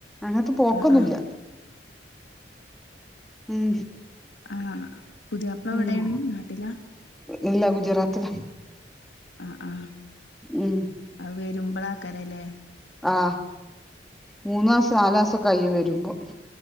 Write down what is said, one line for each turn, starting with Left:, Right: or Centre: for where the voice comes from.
Centre: അങ്ങൻത്തെ പോക്കൊന്നുല്ല
Left: ആഹ് ആഹ്
Centre: ഉം
Left: ആ പുതിയാപ്പള എവിടെണ്
Centre: ഉം
Left: നാട്ടിലാ
Centre: ഇല്ല ഗുജറാത്തില
Left: ആ ആ
Centre: ഉം
Left: അത് വെരുമ്പളേക്കാര ല്ലേ
Centre: ആ മൂന്നാസം നാലാസൊക്കയ്യും വെരുമ്പോ